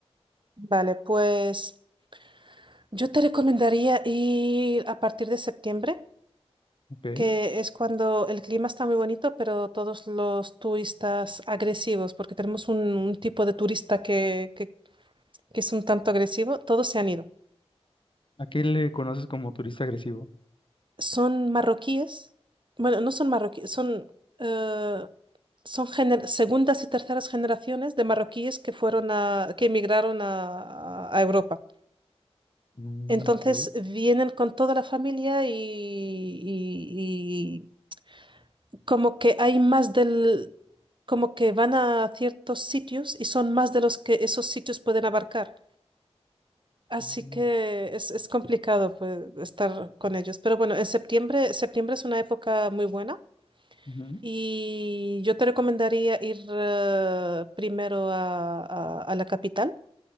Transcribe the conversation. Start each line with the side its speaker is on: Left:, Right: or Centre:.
Right: Vale, pues yo te recomendaría ir a partir de septiembre,
Left: ¿ok?
Right: que es cuando el clima está muy bonito, pero todos los turistas agresivos, porque tenemos un, un tipo de turista que, que, que es un tanto agresivo, todos se han ido.
Left: ¿A qué le conoces como turista agresivo?
Right: son marroquíes, bueno, no son marroquíes, son, eh, son gener- segundas y terceras generaciones de marroquíes que fueron a, que emigraron a, a Europa.
Left: Mm,
Right: Entonces
Left: ok.
Right: vienen con toda la familia y, y- y como que hay más del, como que van a ciertos sitios y son más de los que esos sitios pueden abarcar. Así
Left: Mm,
Right: que es, es complicado pues, estar con ellos. Pero bueno, en septiembre, septiembre es una época muy buena
Left: ujú,
Right: Y yo te recomendaría ir eh, primero a, a- a la capital.